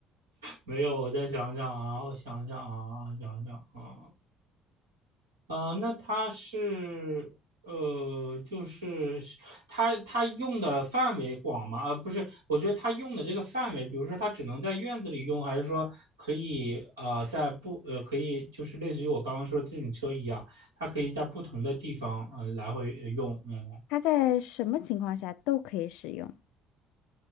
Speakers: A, on the right (about 80°); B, on the left (about 65°).
A: 没有，我再想想啊，我想想啊，我想想啊，嗯、呃那它是呃，就是是它它用的范围广吗？呃，不是，我觉得它用的这个范围，比如说它只能在院子里用，还是说可以呃在不呃可以就是类似于我刚刚说自行车一样，它可以在不同的地方呃来回呃用，嗯，
B: 它在什么情况下都可以使用。